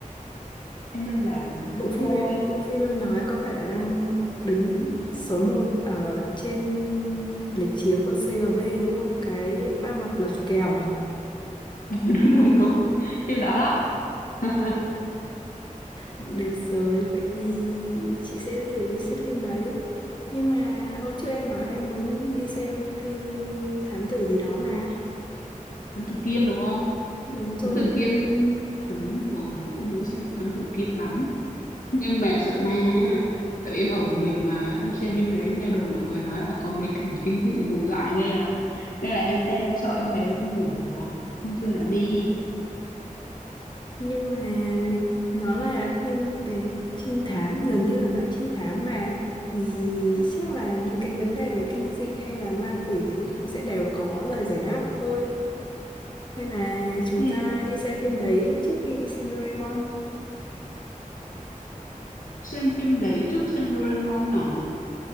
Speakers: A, on the left (about 75°); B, on the left (about 35°).
A: em đơn giản mà
B: bộ
A: thế
B: phim
A: thôi
B: em- bộ phim em nói có phải là đang đứng số một ở trên lịch chiếu của CGV đúng không cái ba mặt lật kèo
A: <laughs> đúng đúng đúng phim đó đó <laughs>
B: Được rồi, vậy thì chị sẽ thử đi xem phim đấy. Nhưng mà hôm trước em nói là em muốn đi xem phim thám tử gì đó mà.
A: Thám Tử Kiên đúng không
B: Đúng rồi.
A: Thám Tử Kiên đúng rồi cũng muốn xem Thám Tử Kiên lắm nhưng mà sợ ma tại vì em ở một mình mà em xem phim đấy em nghe đồn mọi người nói là có mấy cảnh kinh dị hù dọa ghê lắm nên là em xem em sợ em về em không ngủ được em chưa dám đi
B: Nhưng mà người- nó là phim về trinh thám, gần như là dạng trinh thám mà. Thì chắc là những cái vấn đề về kinh dị hay là ma quỷ thì cũng sẽ đều có lời giải đáp thôi. Hay là chúng
A: ừ.
B: ta đi xem phim đấy trước khi đi xem Doraemon.
A: xem phim đấy trước xem Doraemon hả?